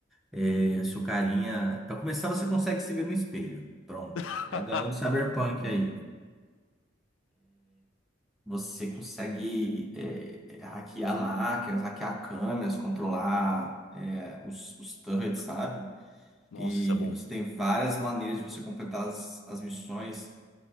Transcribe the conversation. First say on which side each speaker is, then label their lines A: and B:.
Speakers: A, in the centre; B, on the left.
A: É, seu carinha, pra começar, você consegue se ver no espelho. Pronto,
B: <laughs>
A: já ganhou do Cyberpunk aí. Você consegue é, é, hackear máquinas, hackear câmeras, controlar é, os, os turrets, sabe?
B: Nossa,
A: E
B: isso é bom.
A: você tem várias maneiras de você completar as, as missões.